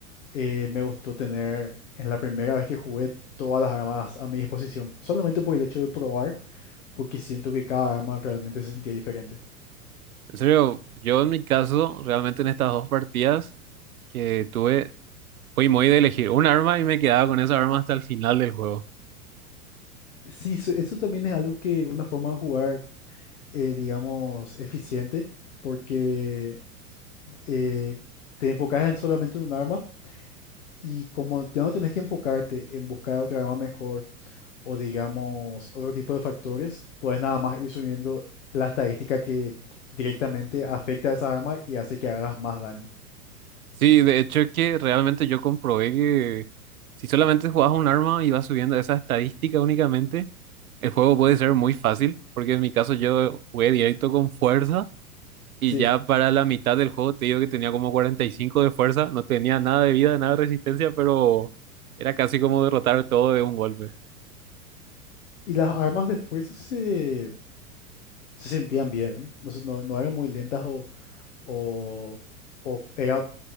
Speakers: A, on the left; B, on the right.
A: eh, me gustó tener en la primera vez que jugué todas las armas a mi disposición, solamente por el hecho de probar, porque siento que cada arma realmente se sentía diferente.
B: En serio, yo en mi caso, realmente en estas dos partidas que tuve, fui muy de elegir un arma y me quedaba con esa arma hasta el final del juego.
A: Sí, eso, eso también es algo que una forma de jugar, eh, digamos, eficiente, porque eh, te enfocas en solamente en un arma y como ya no tenés que enfocarte en buscar otra arma mejor o digamos otro tipo de factores, puedes nada más ir subiendo la estadística que directamente afecta a esa arma y hace que hagas más daño.
B: Sí, de hecho es que realmente yo comprobé que si solamente jugabas un arma y vas subiendo esa estadística únicamente, el juego puede ser muy fácil, porque en mi caso yo jugué directo con fuerza y
A: Sí,
B: ya para la mitad del juego te digo que tenía como 45 de fuerza, no tenía nada de vida, nada de resistencia, pero era casi como derrotar todo de un golpe.
A: y las armas de fuerza se, se sentían bien, no, se- no, no eran muy lentas o, o, o f- era,